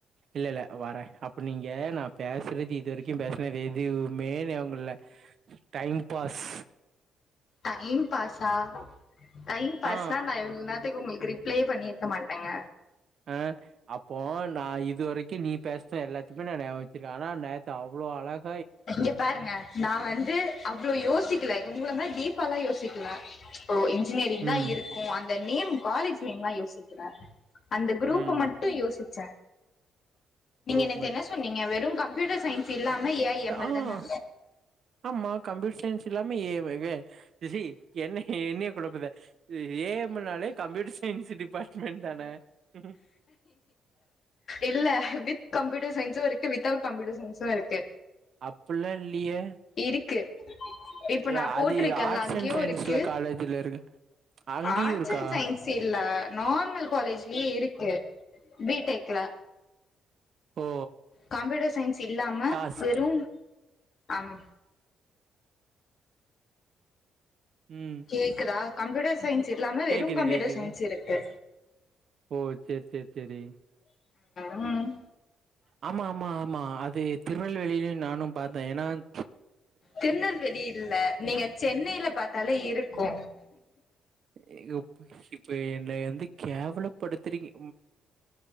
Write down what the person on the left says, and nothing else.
டைம் பாஸா டைம் பாஸ்னா
நா இவ்ள் நர் த்துக்கு உங்களுக்கு ரிப்ளேயே பண்ணிருக்க மாட்டேங்க
இங்க பாருங்க நா வந்து அவ்ளோ யோசிக் க்கிலை உங்கள மாரி டீப்பாலா யோசிக்கல ஓ இன்ஜினியரிங் தா
இருக்கு அந்த் த நேம் காலேஜ் நேம்மா யோசிக்ற அந்த க்ரூப்ப
மட் ட்டு யோசிச்ச
நீங்க என்னேத்
என்ன சொன்னீங்க வெறு கம்ப்யூட்டர் சயின்ஸ் இல்லாம ஏஐ எம்
எல் தான
இல்ல வித் கம்ப்யூட்டர் சயின்ஸு இருக்கு வித்தவுட் கம்ப்யூட்டர் சயின்ஸு இருக்கு
இருக்கு இப்ப
நா போட்ருக்கெல்லாங்
உ
இருக்கு
ஆட்ஸ்
அண் சயின் சில்ல நார்மல் காலேஜ்லியே இருக்கு பிடெக்ல
கம்யூட்டர் சயின்ஸ் இல்லாம
வெறு அம்
கேக்குதா கம்ப்யூட்டர் சயின்ஸ் இல்லாம வெறு
கம்ப்யூட்டர்
சயின்ஸ் இருக்கு
உம்
திருநெல்வேலி இல்ல நீங்க சென்னைய்ல பாத்தாலே இருக்கு